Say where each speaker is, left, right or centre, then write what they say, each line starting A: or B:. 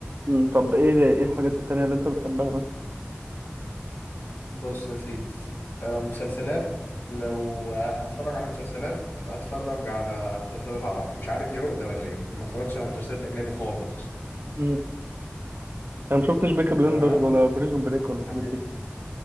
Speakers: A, on the right; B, on the left.
A: مم. طب ايه ايه الحاجات التانية اللي انت بتحبها بس
B: بص يا سيدي آه، مسلسلات لو آه، هتفرج على مسلسلات هتفرج على مسلسلات عربي مش عارف دي عقده ولا ايه ما اتفرجتش على مسلسلات اجنبي خالص
A: مم. انا ما شفتش بيكي بلندرز
B: تمام
A: ولا بريزون بريك ولا الحاجات
B: يعني
A: دي